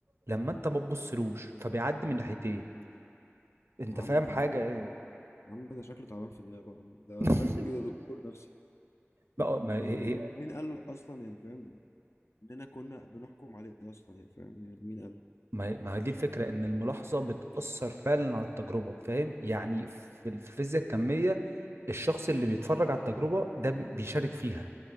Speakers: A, on the right; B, on the left.
A: لما انت ما تبصلوش فبيعدي من ناحيتين انت
B: يا عم
A: فاهم
B: يا
A: حاجه
B: عم ده
A: ايه
B: يا عم ده شكله تعبان في دماغه يا عم ده
A: <laughs>
B: محتاج دكتور نفسي
A: ما ما-
B: يعني
A: إيه-
B: ومين
A: إيه-
B: قال له اصلا يعني فاهم اننا كنا بنحكم عليه اصلا يعني فاهم يعني مين قال
A: ما ما هي دي الفكرة إن الملاحظة بتأثر فعلا على التجربة فاهم يعني في الفيزياء الكمية الشخص اللي بيتفرج على التجربة ده بيشارك فيها